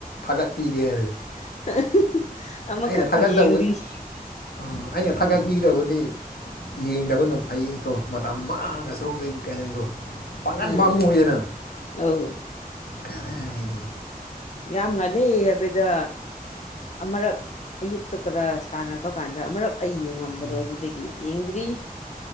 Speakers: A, on the left; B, on the left.
A: ꯊꯥꯒꯠꯄꯤꯒꯦꯅ
B: <unintelligible>
A: ꯑꯩꯅ ꯊꯥꯒꯛꯇꯕꯨ
B: ꯌꯦꯡꯔꯤ
A: ꯑꯣ ꯑꯩꯅ ꯊꯥꯒꯠꯄꯤꯗꯕꯨꯗꯤ ꯌꯦꯡꯗꯕꯅ ꯐꯩꯀꯣ ꯃꯇꯝ ꯃꯥꯡꯉ ꯁꯣꯔꯣꯛꯇꯣꯏꯅꯤ ꯀꯥꯏꯅꯤꯀꯣ ꯄꯥꯡꯒꯟ
B: ꯑꯥ
A: ꯄꯥꯝꯃꯨꯉꯗꯅ
B: ꯑꯧ
A: ꯀ ꯍꯥꯏꯔꯤ
B: ꯌꯥꯝ ꯉꯜꯂꯤ ꯍꯥꯏꯕꯗ ꯑꯃꯨꯔꯛ ꯑꯌꯨꯛꯇ ꯈꯔ ꯁꯥꯟꯅꯕ ꯀꯥꯟꯗ ꯑꯃꯨꯔꯛ ꯑꯩ ꯌꯦꯡꯉ ꯊꯝꯕꯗꯣ
A: ꯎꯝ
B: ꯑꯗꯨꯗꯒꯤ ꯌꯦꯡꯗ꯭ꯔꯤ